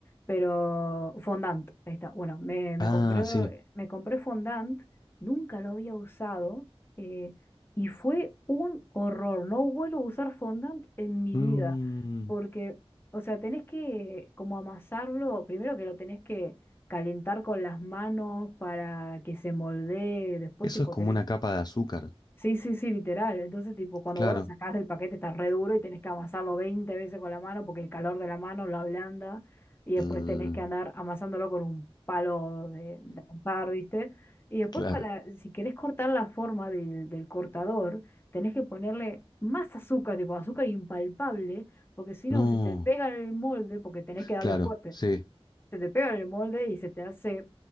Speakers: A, on the left (about 20°); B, on the left (about 40°).
A: pero fondant, ahí está. Bueno, me, me
B: Ah,
A: compré,
B: sí.
A: me compré fondant, nunca lo había usado eh, y fue un horror. No vuelvo a usar fondant en mi
B: Mm,
A: vida, porque, o sea, tenés que como amasarlo, primero que lo tenés que calentar con las manos para que se moldee, después
B: eso
A: tipo
B: es como
A: tener
B: una capa de azúcar,
A: Sí, sí, sí, literal. Entonces, tipo, cuando
B: claro.
A: vos lo sacás del paquete está re duro y tenés que amasarlo 20 veces con la mano porque el calor de la mano lo ablanda y después
B: Mm,
A: tenés que andar amasándolo con un palo de, de amasar, ¿viste? Y después
B: claro.
A: para, si querés cortar la forma del, del cortador, tenés que ponerle más azúcar, tipo azúcar impalpable, porque si no
B: No,
A: se te pega el molde porque tenés que darle
B: claro,
A: fuerte.
B: sí.
A: Se, se te pega el molde y se te hace,